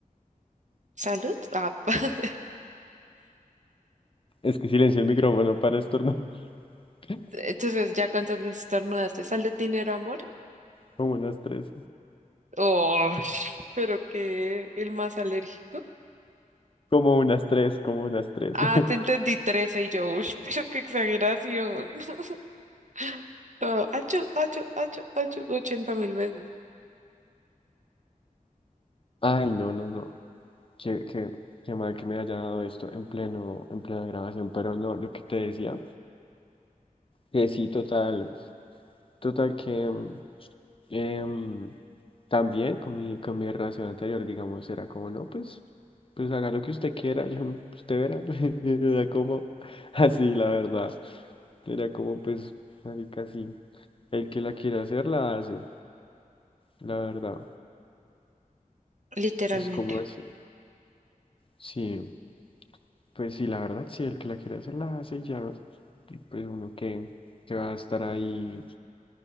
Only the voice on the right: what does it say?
¿Salud? Ah, <laughs>
entonces ya cuántas veces estornudaste, ¿salud, dinero, amor?
Oh, <laughs> pero que el más alérgico.
Ah,
te entendí trece y yo, uy, pero qué exageración. <laughs> Todo, achu, achu, achu, achu, 80 mil veces.
Literalmente.